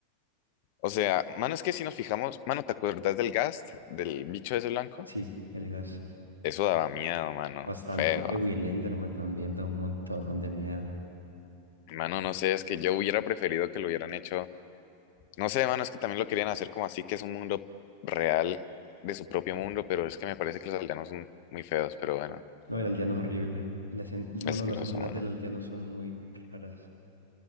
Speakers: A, on the left (about 45°); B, on the right (about 85°).
A: O sea, mano, es que si nos fijamos, mano, ¿te acuerdas del Gast, del bicho ese blanco?
B: Sí, el gas,
A: Eso daba miedo, mano,
B: bastante.
A: feo.
B: Eh, Uy, el Enderman también da un montón de miedo.
A: Mano, no sé, es que yo hubiera preferido que lo hubieran hecho. No sé, mano, es que también lo querían hacer como así, que es un mundo real de su propio mundo, pero es que me parece que los aldeanos son muy feos, pero bueno,
B: No, el aldeano es horrible. Las, bueno,
A: asqueroso,
B: las escenas
A: mano.
B: del aldeano son muy raras.